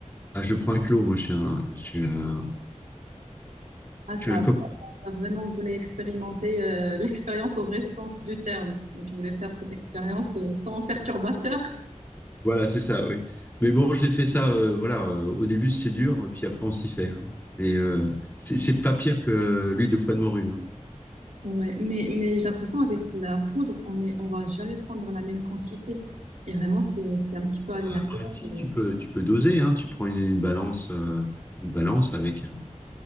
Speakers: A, on the left (about 15°); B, on the right (about 75°).
A: Ah, je prends un clos, moi, je suis un, je suis un,
B: Ah,
A: je
B: t'as,
A: suis un copain
B: t'as vraiment voulu expérimenter euh, <laughs> l'expérience au vrai sens du terme. Tu voulais faire cette expérience euh, sans perturbateur.
A: Voilà, c'est ça, oui. Mais bon, j'ai fait ça, euh, voilà, euh, au début c'est dur, puis après on s'y fait. hein. Mais euh, c'est c'est pas pire que l'huile de foie de morue. hein.
B: Ouais, mais, mais j'ai l'impression avec la poudre, on est, on va jamais prendre la même quantité. Et vraiment, c'est, c'est un petit peu aléatoire.
A: Après, si,
B: Et-
A: tu peux, tu peux doser, hein. Tu prends une, une balance, euh, une balance avec un,